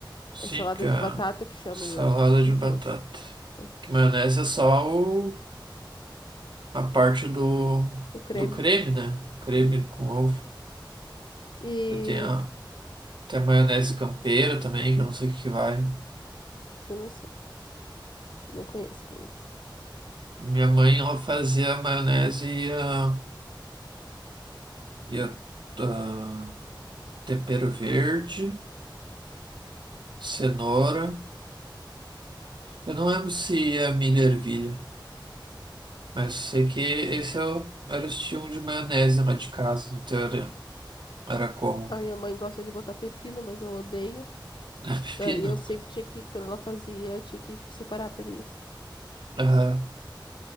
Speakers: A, on the right (about 65°); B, on the left (about 65°).
A: Sim,
B: É salada
A: porque
B: de
A: a
B: batata que chamam
A: salada
B: em outras regiões,
A: de batata.
B: né?
A: Que maionese é só o, a parte do,
B: O creme.
A: do creme, né? Creme
B: né?
A: com ovo.
B: E
A: Eu tenho a, tem a maionese campeira também, que eu não sei o que que vai.
B: isso eu não sei, não conheço, pelo menos.
A: Minha mãe, ela fazia a maionese e a, e a, a tempero verde, cenoura. Eu não lembro se é milho e ervilha, mas sei que esse é o- era o estilo de maionese lá de casa, no teu era, era como?
B: A minha mãe gosta de botar pepino, mas eu odeio.
A: <laughs> É Pepino?
B: Daí eu sempre tinha que, quando ela fazia, tinha que separar pra mim, assim.
A: Aham.